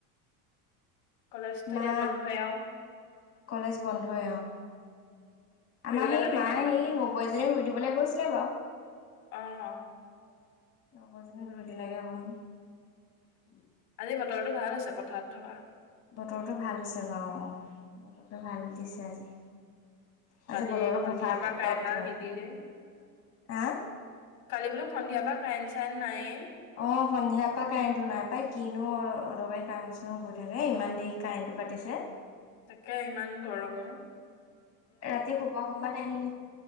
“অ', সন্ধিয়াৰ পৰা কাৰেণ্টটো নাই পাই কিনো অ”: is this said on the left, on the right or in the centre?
Left